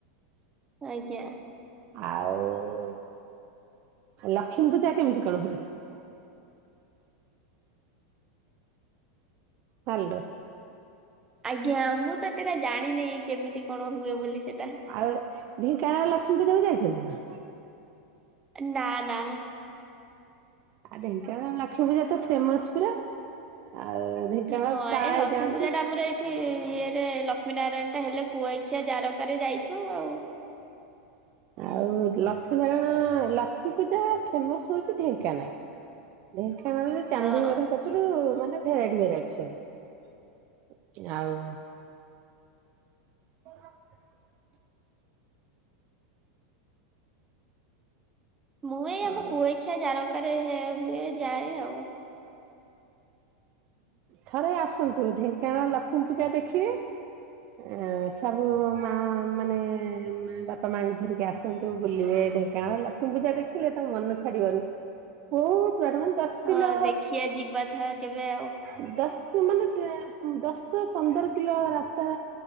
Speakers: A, on the right; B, on the right.
A: ଆଜ୍ଞା।
B: ଆଉ ଲକ୍ଷ୍ମୀ ପୂଜା କେମିତି କଣ ହୁଏ। ହାଲୋ।
A: ଆଜ୍ଞା ମୁଁ ଏତେଟା ଜାଣିନି କେମିତି କଣ ହୁଏ ବୋଲି ସେଟା।
B: ଆଉ ଢ଼େଙ୍କାନଳ ଲକ୍ଷ୍ମୀ ପୂଜାକୁ ଯାଇଛନ୍ତି ନା।
A: ନା ନା।
B: ଆଉ ଢେଙ୍କାନଳ ଲକ୍ଷ୍ମୀ ପୂଜା ତ ଫେମସ୍ ପୁରା ଆଉ ଢେଙ୍କାନାଳ
A: ହଁ
B: ପ୍ରାୟ
A: ଏଇ ଲକ୍ଷ୍ମୀ
B: ଯାଆନ୍ତି।
A: ପୂଜା ଟା ଆମର ଏଇ ଏଠି ଇଏରେ ଲକ୍ଷ୍ମୀ ନାରାୟଣ ଟା ହେଲେ କୁଆଖିଆ ଜାରକରେ ଯାଇଛୁ ଆଉ।
B: ଆଉ ଲକ୍ଷ୍ମୀ ନାରାୟଣ ଲକ୍ଷ୍ମୀ ପୂଜା ଫେମସ ହଉଛି ଢେଙ୍କାନାଳ। ଢେଙ୍କାନାଳରେ ଚାନ୍ଦି
A: ହଁ
B: ମେଢ କ <unintelligible> ମାନେ ଭେରାଇଟି ଭେରାଇଟି ସବୁ ଆଉ। <inaudible>
A: ମୁଁ ଏଇ ଆମ
B: ଆଉ
A: କୁଆ ଖିଆ ଜାରକାରେ ହୁଏ ଯାଏ ଆଉ।
B: ଥରେ ଆସନ୍ତୁ ଢେଙ୍କାନଳ ଲକ୍ଷ୍ମୀ ପୂଜା ଦେଖିବେ ଏ ସବୁ ମା ମାନେ ବାପା ମାଙ୍କୁ ଧରିକି ଆସନ୍ତୁ ବୁଲିବେ ଢେଙ୍କା ଗାଁ ଲକ୍ଷ୍ମୀ ପୂଜା ଦେଖିଲେ ତମ ମନ ଛାଡିବନି ବହୁତ ବାଟ ମାନେ ଦଶ କିଲୋ
A: ହଁ ଦେଖିବା ଯିବା ଥରେ କେବେ ଆଉ।
B: <unintelligible> ଦଶ ପନ୍ଦର କିଲୋ ରାସ୍ତା